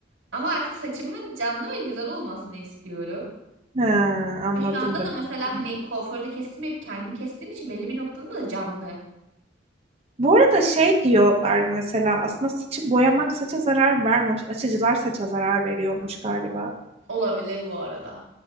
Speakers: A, on the right; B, on the right.
A: Ama artık saçımın canlı ve güzel olmasını istiyorum.
B: ha, anladım
A: Ve şu anda
B: demek
A: da mesela
B: istedim.
A: hani kuaförde kestirmeyip kendim kestiğim için belli bir noktada da canlı.
B: Bu arada şey diyorlar mesela aslında saçı boyamak saça zarar vermiyormuş. Açıcılar saça zarar veriyormuş galiba.
A: Olabilir bu arada.